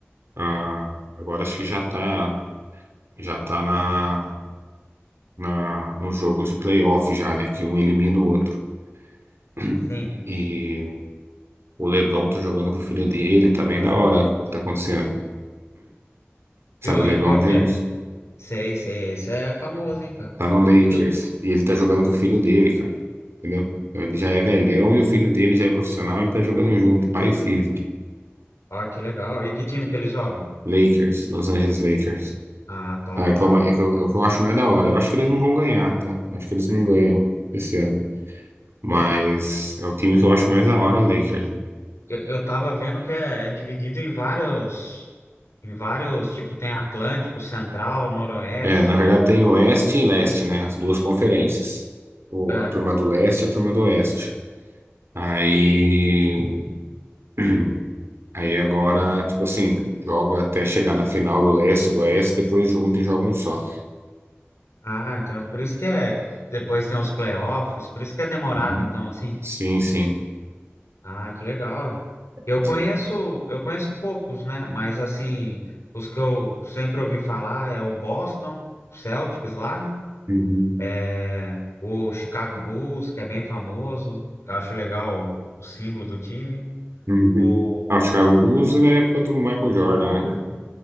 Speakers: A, on the right; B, on the left.
A: Ah, agora acho que já tá, já tá na, na, nos jogos de playoff já, né? Que um elimina o outro. <clears throat>
B: Sim.
A: E o LeBron tá jogando com o filho dele, tá bem da hora o que tá acontecendo. cara. <clears throat> Sabe
B: Viu?
A: o
B: E
A: LeBron
B: qual
A: James?
B: que é? Sei, sei, esse é famoso, hein, cara?
A: Tá no Lakers.
B: Viu?
A: E ele tá jogando com o filho dele, cara. Entendeu? Então ele já é velhão e o filho dele já é profissional, ele tá jogando junto, pai e filho.
B: Ó, que legal. E que time que eles jogam?
A: Lakers, Los Angeles Lakers.
B: Ah, top,
A: Ah, é, que
B: top.
A: é uma- é que eu- é o que eu acho mais da hora. Eu acho que eles não vão ganhar, tá? Eu acho que eles não ganham esse ano. Mas
B: Pô,
A: é o time que eu acho mais da hora, o Lakers.
B: eu, eu tava vendo que é, é dividido em vários, em vários, tipo, tem Atlântico, Central, Noroeste.
A: É, na verdade tem Oeste e Leste, né? As duas conferências. O,
B: É.
A: a turma do Leste e a turma do Oeste. Aí. <clears throat> Aí agora, tipo assim, joga até chegar na final do Leste e do Oeste, depois junta e joga um só.
B: Ah, então por isso que é, depois tem os playoffs, por isso que é demorado,
A: Uhum.
B: então, assim.
A: Sim, sim.
B: Ah, que legal. Eu
A: Mas,
B: conheço, eu conheço poucos, né? Mas assim, os que eu sempre ouvi falar é o Boston Celtics lá, né?
A: Uhum.
B: É, o Chicago Bulls, que é bem famoso. Eu acho legal o, o símbolo do time.
A: Uhum.
B: O,
A: Ah, o Chicago Bulls é da época do Michael Jordan, né?